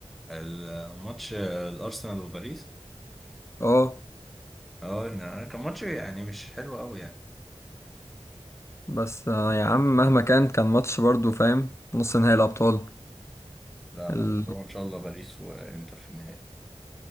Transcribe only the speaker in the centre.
الماتش آه، الارسنال وباريس
اه لا، كان ماتش يعني مش حلو قوي يعني
لا
لا هو ان شاء الله باريس وانتر في النهائي